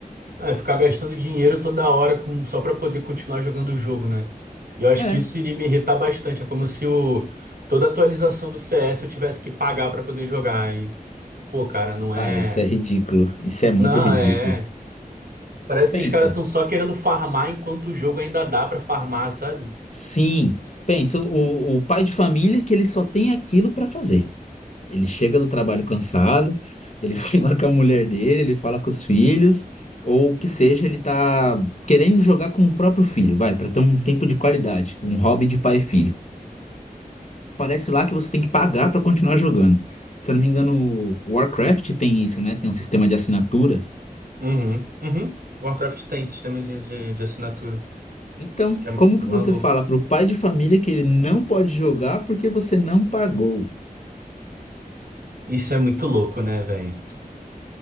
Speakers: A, on the right; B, on the left.
A: É, ficar gastando dinheiro toda hora com, só para poder continuar jogando o jogo, né? E eu acho
B: É,
A: que isso iria me irritar bastante. É como se o, toda atualização do CS eu tivesse que pagar para poder jogar. E, pô, cara, não
B: cara,
A: é.
B: isso é ridículo. Isso é muito
A: Não,
B: ridículo.
A: é. Parece
B: Pensa.
A: que os caras estão só querendo farmar enquanto o jogo ainda dá para farmar, sabe?
B: Sim, pensa, o, o pai de família que ele só tem aquilo para fazer. Ele chega do trabalho cansado, ele <laughs> fala com a mulher dele, ele fala com os filhos, ou o que seja, ele tá querendo jogar com o próprio filho, vai, para ter um tempo de qualidade, um hobby de pai e filho. Parece lá que você tem que pagar para continuar jogando. Se eu não me engano, o Warcraft tem isso, né? Tem um sistema de assinatura.
A: Uhum, uhum. Warcraft tem sistemazinho de, de assinatura.
B: Então,
A: Isso que é maluco.
B: como que você fala pro pai de família que ele não pode jogar porque você não pagou?
A: Isso é muito louco, né, velho?